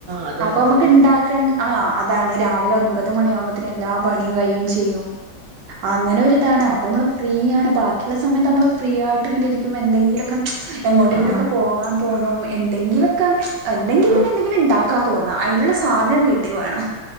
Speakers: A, on the right (about 85°); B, on the right (about 70°).
A: അതെ
B: അപ്പോ
A: അതെ
B: നമുക്ക്
A: അതന്നെ
B: ഇണ്ടാക്കൺ ആ അതാണ് രാവി ലെ ഒൻപത് മണിയവുമ്പോത്തേന് എല്ലാ പണിയും കഴിയും ചെയ്യും അങ്ങനെ ഒരിതാണ് അപ്പോ നമ്മള് ഫ്രീയണ് ബാക്കിയുള്ള സമയത്ത് നമ്മള് ഫ്രീ ആയിട്ട് ഇങ്ങനെ ഇരിക്കുമ്പോ എന്തെങ്കിലൊക്കെ എങ്ങോട്ടെങ്കിലൊക്കെ
A: ആ
B: പോകാൻ തോന്നും എന്തെങ്കിലൊക്കെ അല്ലെങ്കി
A: ആ
B: പിന്നെ എന്തെങ്കിലും ഇണ്ടാക്കാൻ തോന്നാ അയ്ൻള്ള സാധനം വീട്ടിൽ വേണം